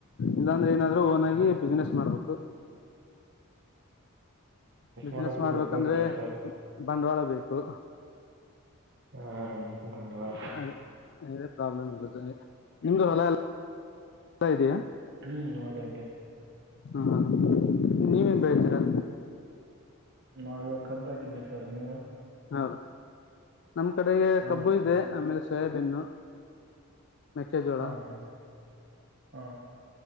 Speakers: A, on the left; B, on the right.
A: ಇಲ್ಲಾಂದ್ರೆ ಏನಾದ್ರು ಓನ್ ಆಗಿ ಬಿಸ್ನೆಸ್ ಮಾಡ್ಬೇಕು <inaudible> ಬಿಸ್ನೆಸ್
B: ಮಾಡಕು
A: ಮಾಡ್ಬೇಕಂದ್ರೆ
B: ದುಡ್ ಬೇಕಲ್ಲ ಸರ್
A: ಬಂಡವಾಳ ಬೇಕು
B: ಹ ಬಂಡವಾಳ
A: ಅದೇ ಅದೆ ಪ್ರಾಬ್ಲಮ್ ಇರದು ನಿಮ್ದು ಹೊಲ ಎತ ಇದಯಾ
B: ಹ್ಮ್ ಅವಲ ಇದೆ
A: ಹಾ ನೀವೇ ಬೆಳ್ತೀರಾ
B: ನಾವ ಇವಾಗ ಕಬ್ಬ ಹಾಕಿದೀವಿ ಸರ್ ನೀವು
A: ಹೌದಾ ನಮ್ಮ ಕಡೆಗೆ
B: ಹನ್
A: ಕಬ್ಬು
B: ಸರ್
A: ಇದೆ ಆಮೇಲೆ ಸೋಯಾಬೀನ್ನು ಮೆಕ್ಕೆಜೋಳ
B: ಹಾ ಹಾ ಹಾ